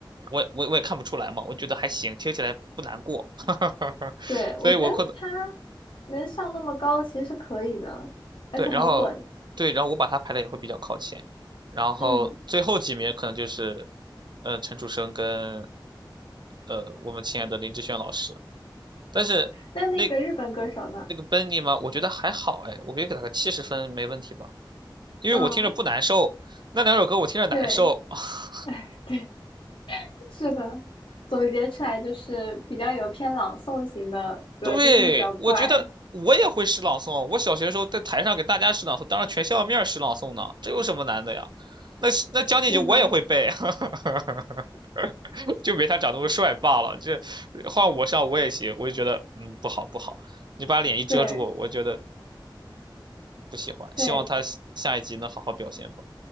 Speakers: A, on the right (about 60°); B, on the left (about 85°).
A: 我我我也看不出来嘛，我觉得还行，听起来不难过，<laughs>
B: 对，我觉得他
A: 所以我可能
B: 能上那么高其实是可以的，而且很稳，
A: 对，然后对，然后我把他排的也会比较靠前，然后最后几名可能就是
B: 嗯。
A: 呃陈楚生跟呃我们亲爱的林志炫老师，但是那
B: 那那个日本歌手呢？
A: 那个 Benny 嘛，我觉得还好哎，我可以给他个七十分没问题吧，因为我听着不难受，
B: 嗯，
A: 那两首歌我听着难受，
B: 对，
A: <laughs>
B: <laughs> 哎，对，是的，总结出来就是比较有偏朗诵型的歌，
A: 对，
B: 就是会比较怪，
A: 我觉得我也会诗朗诵。我小学的时候在台上给大家诗朗诵，当着全校面儿诗朗诵呢，这有什么难的呀？那是那将进酒我也会背，
B: 是的，
A: <laughs> 就没他长那么帅罢了。这换我上我也行，我就觉得嗯不好不好，你把脸一遮住，
B: 对。
A: 我觉得不喜欢。
B: 对，
A: 希望他下下一集能好好表现吧。